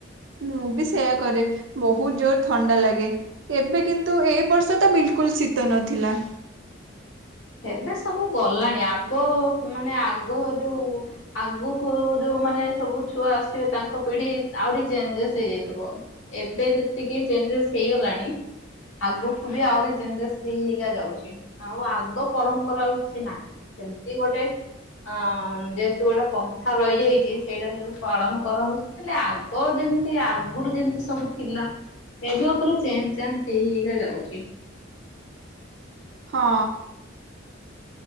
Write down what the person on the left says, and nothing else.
ଏବେ ସବୁ ଗଲାଣି, ଆଗ ମାନେ ଆଗ ଯୋଉ ଆଗକୁ ଯୋଉମାନେ ସବୁ ଛୁଆ ଆସିବେ, ତାଙ୍କ ପିଢି ଆହୁରି ଚେଞ୍ଜେସ୍ ହେଇଯାଇଥିବ। ଏବେ ଯେତିକି ଚେଞ୍ଜେସ୍ ହେଇଗଲାଣି ଆଗକୁ ବି ଆହୁରି ଚେଞ୍ଜେସ୍ ହେଇ ହେଇକା ଯାଉଚି ଆଉ ଆଗ୍ ଗ ପରମ୍ପରା ଆଉ କିଛି ନାହିଁ। ସେମିତି ଗୋଟେ ଆଁ-ଆ ଯେହେତୁ ଗୋଟେ ପନ୍ଥା ରହିଯାଇଛି, ସେଇଟା ସେ ପାଳନ କରାହଉଛି। ହେଲେ, ଆଗ ଯେମିତି ଆଗରୁ ଯେମିତି ସବୁ ଥିଲା? ଏବେ ଉପରେ ଚେଞ୍ଜ୍ ଚାଞ୍ଜ ହେଇ ହେଇ ହେଇକା ଯାଉଚି।